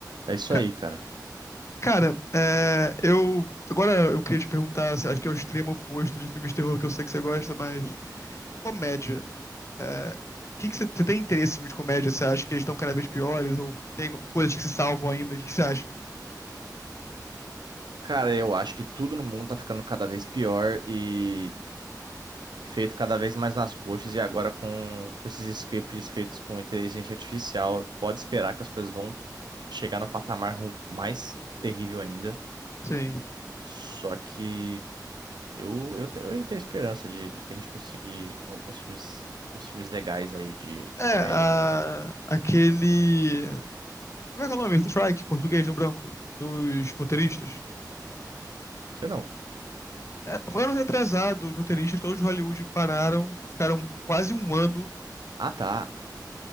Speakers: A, on the right (about 85°); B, on the left (about 40°).
A: É isso
B: Ca-
A: aí, cara.
B: Cara, é, eu. Agora eu queria te perguntar, se- acho que é o extremo oposto de filmes de terror que eu sei que você gosta, mas comédia. É, que que você, você tem interesse em filmes de comédia? Você acha que eles estão cada vez piores? Ou tem coisas que se salvam ainda? O que que você acha?
A: Cara, eu acho que tudo no mundo tá ficando cada vez pior e feito cada vez mais nas coxas. E agora com esses scripts feitos com inteligência artificial, pode esperar que as coisas vão chegar no patamar ru- mais terrível ainda.
B: Sim.
A: Só que eu, eu, te- eu ainda tenho esperança de, de que a gente conseguir um- uns filmes, uns filmes legais aí de, de
B: É,
A: comédia.
B: a-
A: Não
B: aquele. Como é que é o nome? Strike, em português, no branco, dos roteiristas.
A: sei não.
B: É, foi ano retrasado, os roteiristas, todos de Hollywood pararam, ficaram quase um ano
A: Ah, tá.